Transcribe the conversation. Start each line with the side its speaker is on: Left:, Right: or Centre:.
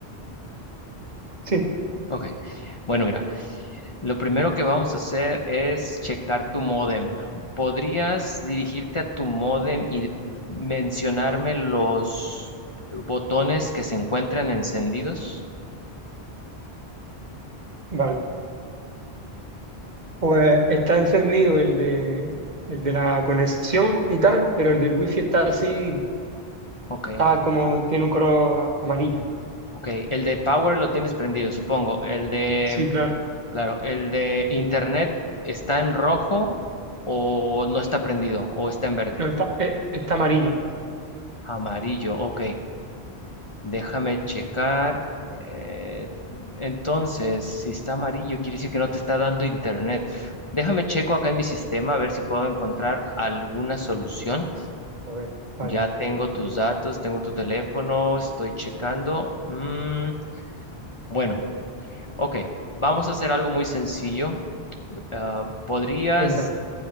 Right: Sí,
Left: Ok, bueno, mira. Lo primero que vamos a hacer es checar tu módem. ¿Podrías dirigirte a tu módem y mencionarme los botones que se encuentran encendidos?
Right: vale. Pues está encendido el de, el de la conexión y tal, pero el del wifi está así,
Left: Ok,
Right: está como, tiene un color amarillo.
Left: ok. El de power lo tienes prendido, supongo. El de,
Right: Sí, claro.
Left: claro, el de internet está en rojo o no está prendido o está en verde.
Right: No, está, eh, está amarillo.
Left: Amarillo, ok. Déjame checar. eh, entonces, si está amarillo, quiere decir que no te está dando internet. Déjame checo acá en mi sistema a ver si puedo encontrar alguna solución.
Right: A ver, vale.
Left: Ya tengo tus datos, tengo tu teléfono, estoy checando. Mm, bueno, ok. Vamos a hacer algo muy sencillo. Ah, ¿podrías,
Right: Cuéntame.